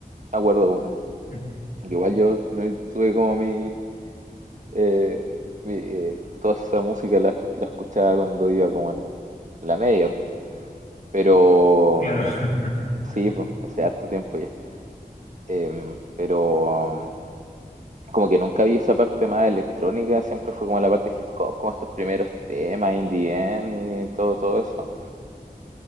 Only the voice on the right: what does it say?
acuerdo, po.
Igual yo no tuve como mi, eh, mi, eh, toda esa música la, la escuchaba cuando iba como en, en la media, pero
mm,
sí, pues, hace harto tiempo ya. Em, pero mm, como que nunca vi esa parte más electrónica, siempre fue como la parte hip hop, como estos primeros temas, In The End y todo, todo eso.